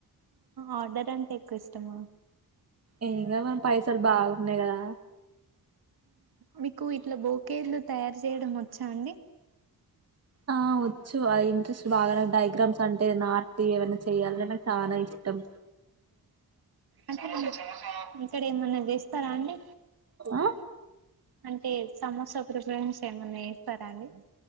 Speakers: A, on the right; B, on the right.
A: ఆర్డర్ అంటే ఎక్కువ ఇష్టమా
B: ఇకా మన పైసలు బాగున్నాయి కదా
A: మీకు ఇట్లా బోకేలు తయారు చేయడం వచ్చా అండి
B: ఆ వచ్చు అది ఇంట్రెస్ట్ బాగా డయాగ్రామ్స్ అంటే నా ఏమన్నా చేయాలికు చాలా ఇష్టం
A: అక్కడ ఇక్కడ ఏమన్నా చేస్తారా అండి
B: ఆ
A: అంటే సమోసా ప్రిపరేషన్స్ ఏమన్నా చేస్తారా అండి